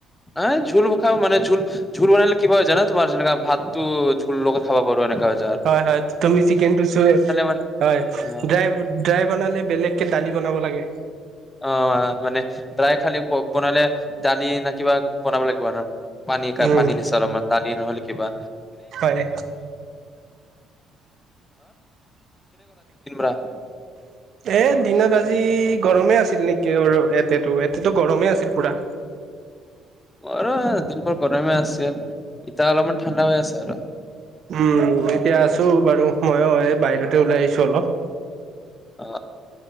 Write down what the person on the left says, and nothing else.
অ, জোল খাও মানে, জোল। জোল বনালে কি হয় জানা, তোমাৰ, যেনেকৈ ভাতটো ঝোল লগাই খাব পাৰি, এনেকুৱা।
মানে
অ
অ, মানে ড্ৰাই খালী, পক বনালে। দালি নে, কিবা বনাব লাগিব, পানী-পানী
নিচিনা অলপমান দালি, নহ'লে কিবা।
<unintelligible> উ,
অ, দিনবোৰ গৰমেই আছিল, এতিয়া অলপমান ঠাণ্ডা হৈ আছে আৰু।
অ,